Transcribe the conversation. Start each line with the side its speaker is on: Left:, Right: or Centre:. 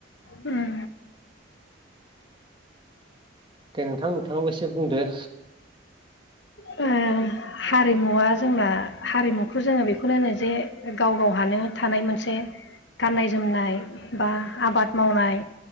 Left: उम।
Right: दे नोंथां नोंथाङाबो एसे बुंदो।
Left: ओ हारिमुवा जोंना हारिमुखौ जोङो बेखौनो होनो जे गाव गावहानो थानाय मोनसे गाननाय जोमनाय बा आबाद मावनाय